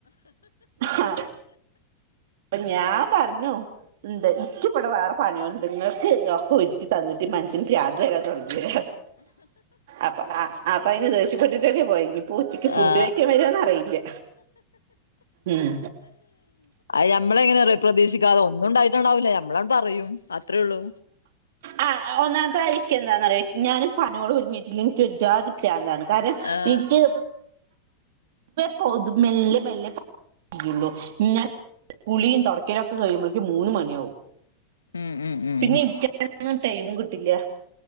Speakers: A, on the right; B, on the left.
A: ഹാ അപ്പ ഞാൻ പറഞ്ഞു എന്താ ഇക്ക് ഇവിടെ വേറെ പണികളുണ്ട് ഇങ്ങൾക്ക് ഒറക്ക ഒരുക്കി തന്നിട്ട് മന്ഷ്യന് ഭ്രാന്ത് വരാൻ തൊടങ്ങി അപ്പ ആ അപ്പ അയ്ന് ദേഷ്യപ്പെട്ടിട്ടന്നെ പോയത് ഊച്ചക്ക് ഫുഡ്
B: ആഹ്
A: കഴിക്കാൻ വരോന്ന് അറിയില്ല ഉം
B: അയ് നമ്മൾ എങ്ങനെന്നറിയോ പ്രതീക്ഷിക്കാതെ ഒന്നുണ്ടായിട്ടുണ്ടാവില്ല ഞമ്മളാണ്ട് പറയും അത്രേള്ളൂ
A: ആ ഒന്നാമത്തെ കാര്യം നിക്ക് എന്താന്നറിയോ ഞാൻ പണികളൊരുങ്ങീട്ടില്ലങ്കി എനിക്കൊരു ജാതി പ്രാന്താണ് കാരണം
B: ആഹ്
A: എനിക്ക് പൊതുവേ മെല്ലെ മെല്ലെ പ ഇള്ളൂ ഞാൻ കുളിയും തൊട കുളിക്കലൊക്കെ കരീംമ്പരേക്കും മൂന്ന് മണിയാവും
B: ഉം ഉം ഉം
A: പിന്നെ ഇരിക്ക <unintelligible> നൊന്നും ടൈമും കിട്ടില്ല